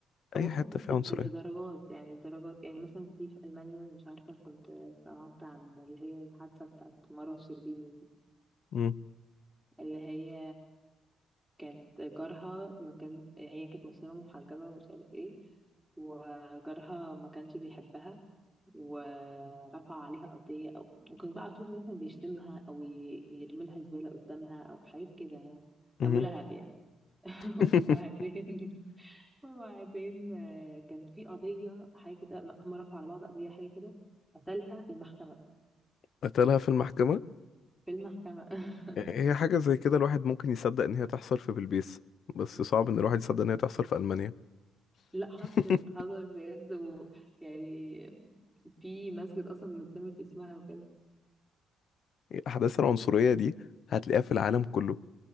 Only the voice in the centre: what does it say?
هو
اه
بس
ب-
بدرجات يعني درجات يعني مثلا في في ألمانيا مش عارفة كنت سمعت عن اللي هي الحادثة بتاعت مرة شربيني
اللي هي كانت جارها ما كان هي كانت مسلمة محجبة ومش عارف ايه وجارها ما كانش بيحبها ورفع عليها قضية أو ممكن بقى على طول مثلا بيشتمها أو ي- يرميلها زبالة قدامها أو حاجات كده يعني
أبو لهب يعني <laughs>
وبعدين وبعدين آه، كان في قضية حاجة كده هم رفعوا على بعض قضية حاجة كده قتلها في المحكمة
في المحكمة <laughs>
لا
حصلت حصلت بجد و- يعني في مسجد اصلا متسمي باسمها وكده